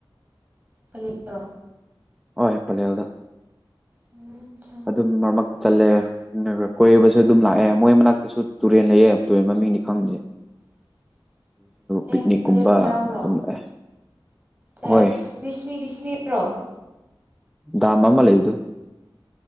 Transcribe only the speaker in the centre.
ꯑꯣ ꯏ ꯄꯜꯂꯦꯜꯗ
ꯑꯗꯨꯝ ꯃꯔꯛ ꯃꯔꯛꯇ ꯆꯠꯂꯦ ꯀꯣꯏꯕꯁꯨ ꯑꯗꯨꯝ ꯂꯥꯛꯑꯦ ꯃꯣꯏ ꯃꯅꯥꯛꯇꯁꯨ ꯇꯨꯔꯦꯜ ꯂꯩꯌꯦ ꯇꯨꯔꯦꯟ ꯃꯃꯤꯡꯗꯤ ꯈꯪꯕꯦ
ꯄꯤꯛꯅꯤꯛꯀꯨꯝꯕ
ꯑꯗꯨꯝ ꯂꯥꯛꯑꯦ
ꯍꯣꯏ
ꯗꯥꯝ ꯑꯃ ꯂꯩꯕꯗꯣ